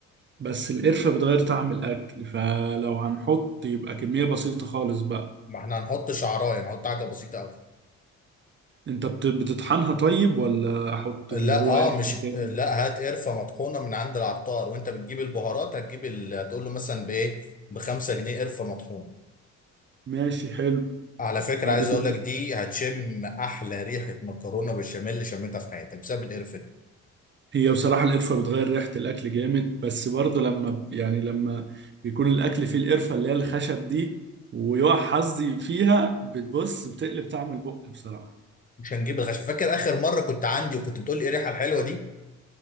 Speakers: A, on the right (about 40°); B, on the left (about 25°).
A: بس القرفة بتغير طعم الأكل فلو هنحط يبقى كمية بسيطة خالص بقى
B: ما احنا هنحط شعرايه نحط حاجه بسيطه قوي
A: أنت بت- بتطحنها طيب ولا أحط
B: لا
A: اللي هو
B: اه
A: قرفة
B: مش
A: كده
B: لا هات قرفه مطحونه من عند العطار وانت بتجيب البهارات هتجيب ال... هتقول له مثلا بايه بخمسة جنيه قرفه مطحونه
A: ماشي حلو
B: على فكرة
A: بعد
B: عايز اقول
A: كده
B: لك دي هتشم احلى ريحة مكرونة بالبشاميل اللي شميتها في حياتك بسبب القرفة دي.
A: هي بصراحة القرفة بتغير ريحة الأكل جامد بس برضه لما ب- يعني لما بيكون الأكل فيه القرفة اللي هي الخشب دي ويقع حظي فيها بتبص بتقلب طعم البق بصراحة
B: مش هنجيب الخشب فاكر اخر مرة كنت عندي وكنت بتقول لي ايه الريحة الحلوة دي